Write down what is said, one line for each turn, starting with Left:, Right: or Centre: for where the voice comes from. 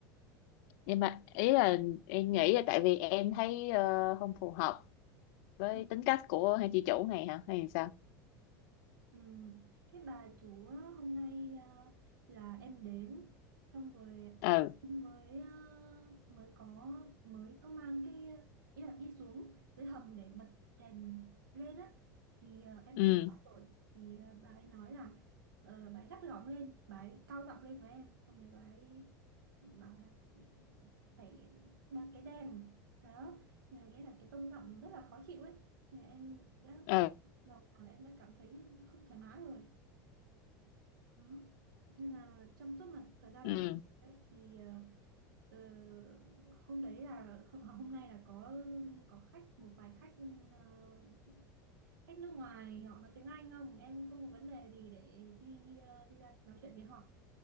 Left: nhưng mà ý là em nghĩ là tại vì em thấy ờ, không phù hợp với
Right: ừ,
Left: tính cách của hai chị chủ này hả? Hay sao?
Right: Ừ. Cái bà chủ á, hôm nay à, là em đến xong rồi
Left: Ừ,
Right: mới à, mới có mới có mang cái à, ý là đi xuống dưới hầm để bật đèn lên á thì à, em
Left: ừ,
Right: đã bị bắt rồi thì à, bà ấy nói là ờ, bà ấy gắt gỏng lên bà ấy cao giọng lên với em xong rồi bà ấy bảo là phải bật cái đèn đó Nhà nghĩa là cái tông giọng rất là khó chịu ấy Thì em đã
Left: ừ,
Right: đầu là em đã cảm thấy không thoải mái rồi đó nên là trong suốt mà thời gian
Left: ừ,
Right: em làm việc ấy, thì ờ, ờ, hôm đấy là hôm, hôm nay là có có khách một vài khách ờ, khách nước ngoài họ nói tiếng Anh không em không có vấn đề gì để đi ờ, đi ra nói chuyện với họ